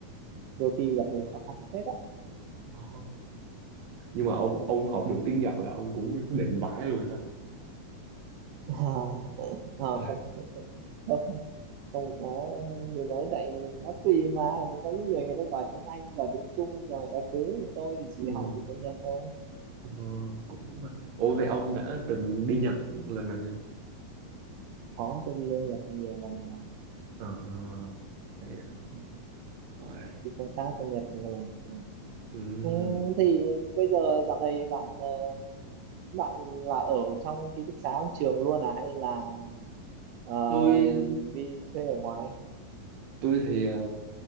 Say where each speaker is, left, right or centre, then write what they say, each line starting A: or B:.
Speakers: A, on the right; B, on the right.
A: đôi khi gặp nhiều khó khăn phết á
B: ờ nhưng mà ông
A: Ừ.
B: ông học được tiếng Nhật là ông cũng định vãi luôn rồi đó
A: à, à,
B: Ôi.
A: cũng không không có gì mấy tại nó tùy mà có những người người ta giỏi tiếng Anh giỏi tiếng Trung giỏi các thứ tôi thì chỉ
B: Ừ.
A: học được tiếng Nhật thôi
B: Ờ, cũng cũng hay. Ủa vậy ông
A: ừ.
B: đã từng đi Nhật lần nào chưa?
A: có tôi đi lên Nhật nhiều lần rồi
B: Ờ, hay à.
A: ừ.
B: Rồi.
A: đi công tác bên Nhật nhiều lần ừ.
B: Ừ.
A: Ừ, thì bây giờ dạo này bạn ờ, bạn là ở trong ký túc xá trong trường luôn à hay là ờ,
B: Tôi
A: đi thuê ở ngoài
B: tôi thì ờ,